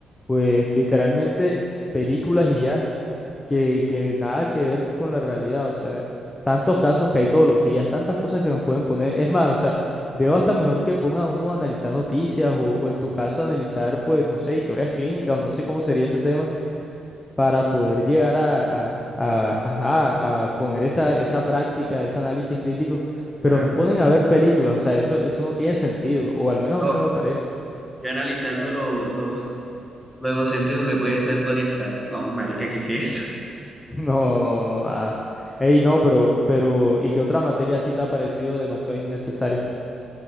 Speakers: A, on the left; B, in the centre.
A: pues literalmente películas y ya, que, que nada que ver con la realidad, o sea, tantos casos que hay todos los días, tantas cosas que nos pueden poner, es más, o sea, veo hasta mejor que ponga uno a analizar noticias o, o en tu caso analizar, pues, no sé, historias clínicas o no sé cómo sería ese tema para poder llegar a, a- a- ajá, a poner esa, esa práctica, ese análisis crítico,
B: Claro.
A: pero nos ponen a ver películas, o sea, eso, eso no tiene sentido, o al menos
B: Yo,
A: a mí no me parece. <laughs>
B: yo analizando lo, lo, lo egocéntrico que puede ser Tony Stark. No, marica, ¿qué es eso?
A: No, no, no, nada. Ey, no, pero, pero, ¿y qué otra materia sí te ha parecido demasiado innecesaria?